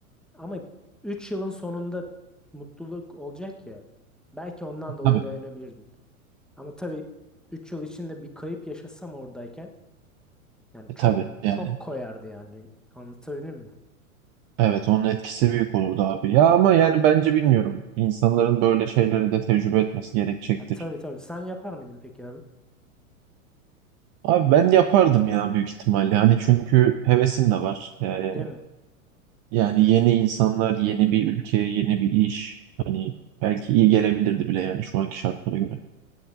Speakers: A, in the centre; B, on the right.
A: ama 3 yılın sonunda mutluluk olacak ya. Belki ondan dolayı
B: Tabii.
A: dayanabilirdim. Ama tabii 3 yıl içinde bir kayıp yaşasam oradayken yani
B: E,
A: çok
B: tabii yani.
A: çok koyardı yani. Anlatabildim mi?
B: Evet onun etkisi büyük olurdu abi. Ya ama yani bence bilmiyorum. İnsanların böyle şeyleri de tecrübe etmesi gerekecektir.
A: Ha, tabii tabii. Sen yapar mıydın peki abi?
B: Abi ben yapardım ya büyük ihtimalle. Hani çünkü hevesim de var. Ee,
A: Değil mi?
B: yani yeni insanlar, yeni bir ülke, yeni bir iş. Hani belki iyi gelebilirdi bile yani şu anki şartlara göre.